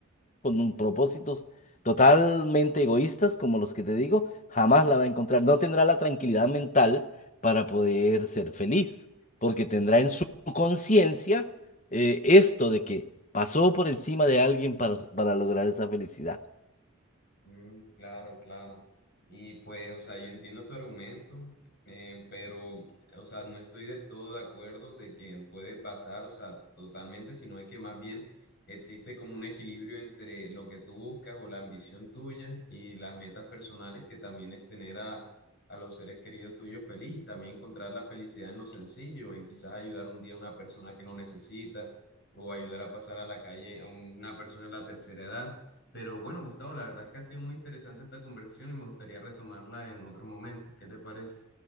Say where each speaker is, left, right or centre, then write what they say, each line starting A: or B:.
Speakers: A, on the left; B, on the left.
A: con un propósitos totalmente egoístas, como los que te digo, jamás la va a encontrar. No tendrá la tranquilidad mental para poder ser feliz, porque tendrá en su conciencia eh, esto de que pasó por encima de alguien para, para lograr esa felicidad. <laughs>
B: Mm, claro, claro. Y pues, o sea, yo entiendo tu argumento, eh, pero, o sea, no estoy del todo de acuerdo de que puedes basar, o sea, totalmente, sino es que más bien existe como un equilibrio entre lo que tú buscas o la ambición tuya y las metas personales, que también es tener a, a los seres queridos tuyos feliz, también encontrar la felicidad en lo sencillo, en quizás ayudar un día a una persona que lo necesita o ayudar a pasar a la calle a una persona de la tercera edad. Pero bueno, Gustavo, la verdad es que ha sido muy interesante esta conversación y me gustaría retomarla en otro momento. ¿Qué te parece?